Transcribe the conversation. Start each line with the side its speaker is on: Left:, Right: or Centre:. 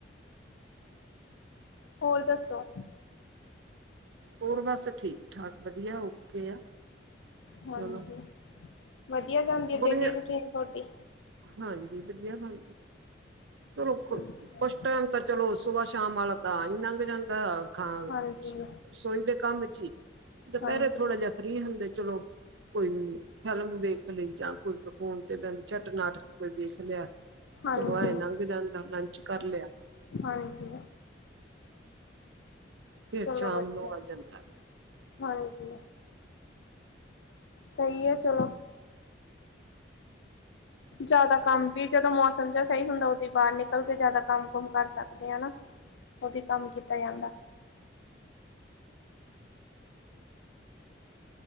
Left: ਹੋਰ ਦੱਸੋ।
Right: ਹੋਰ ਬਸ ਠੀਕ ਠਾਕ ਵਧੀਆ ਓਕੇ ਆ।
Left: ਹਾਂਜੀ
Right: ਚਲੋ
Left: ਵਧੀਆ ਜਾਂਦੀ ਹੈ
Right: ਬੁੜੀਆਂ
Left: ਡੇਲੀ ਰੂਟੀਨ ਤੁਹਾਡੀ
Right: ਹਾਂਜੀ ਵਧੀਆ ਬ ਚਲੋ
Left: ਠੀਕ ਹੈ
Right: ਕੁਛ ਟਾਈਮ ਤਾਂ ਚਲੋ ਸੁਬਾਹ ਸ਼ਾਮ ਵਾਲਾ ਤਾਂ ਐ ਈ ਲੰਘ ਜਾਂਦਾ। ਖਾ
Left: ਹਾਂਜੀ
Right: ਰਸੋਈ ਦੇ ਕੰਮ ਚ ਦੁਪਹਿਰੇ
Left: ਹਾਂਜੀ
Right: ਥੋੜਾ ਜਿਹਾ ਫਰੀ ਹੁੰਦੇ ਚਲੋ ਕੋਈ ਫਿਲਮ ਵੇਖ, ਕੁ ਫੋਨ ਤੇ ਬ ਝੱਟ ਨਾਟਕ ਕੋਈ ਵੇਖ ਲਿਆ
Left: ਹਾਂਜੀ
Right: ਚਲੋ ਆਏ ਲਗ ਜਾਂਦਾ ਲੰਚ ਕਰ ਲਿਆ।
Left: ਹਾਂਜੀ,
Right: ਫਿਰ
Left: ਚਲੋ
Right: ਸ਼ਾਮ
Left: ਵਧੀਆ
Right: ਨੂੰ ਆ ਜਾਂਦਾ।
Left: ਹਾਂਜੀ ਸਹੀ ਆ ਚਲੋ, ਜ਼ਿਆਦਾ ਕੰਮ ਵੀ ਜਦੋਂ ਮੌਸਮ ਜਾਂ ਸਹੀ ਹੁੰਦਾ ਉਦੋਂ ਬਾਹਰ ਨਿਕਲ ਕੇ ਜ਼ਿਆਦਾ ਕੰਮ ਕੁਮ ਕਰ ਸਕਦੇ ਆ ਹਨਾ। ਉਹਦੀ ਕੰਮ ਕੀਤਾ ਜਾਂਦਾ।